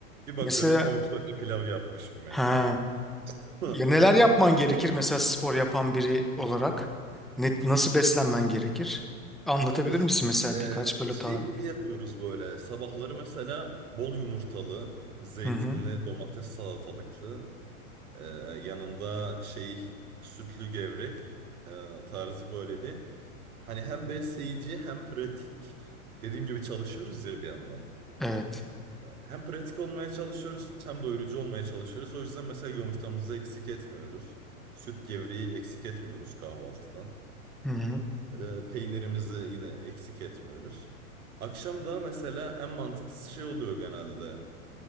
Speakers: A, on the right (about 80°); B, in the centre.
A: bir bakıyorum
B: mesela
A: tavuk sote pilav yapmışım ya.
B: ha
A: <laughs>
B: ya neler yapman gerekir mesela spor yapan biri olarak? Ne, nasıl beslenmen gerekir? Anlatabilir
A: Abi
B: misin mesela
A: e,
B: birkaç böyle
A: şey
B: tarif?
A: gibi yapıyoruz böyle. Sabahları mesela bol yumurtalı, zeytinli,
B: Hı hı.
A: domates salatalıklı, e, yanında şey sütlü gevrek e, tarzı böyle bir. Hani hem besleyici hem pratik. Dediğim gibi çalışıyoruz ya bir yandan.
B: Evet.
A: Hem pratik olmaya çalışıyoruz hem doyurucu olmaya çalışıyoruz. O yüzden mesela yumurtamızı eksik etmiyoruz. Süt gevreği eksik etmiyoruz kahvaltıdan.
B: Hı hı.
A: E, peynirimizi yine eksik etmiyoruz. Akşam da mesela en mantıklı şey oluyor genelde.